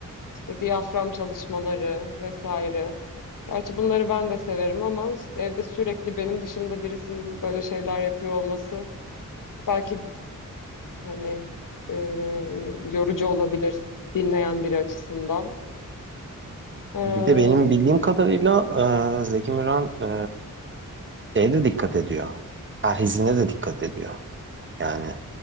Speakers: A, on the left; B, on the right.
A: işte diyafram çalışmaları vesaire. Gerçi bunları ben de severim ama evde sürekli benim dışımda birisinin böyle şeyler yapıyor olması belki hani e, yorucu olabilir dinleyen biri açısından. Ee,
B: Bir de benim bildiğim kadarıyla e, Zeki Müren e, şeye de dikkat ediyor. Perhizine de dikkat ediyor. Yani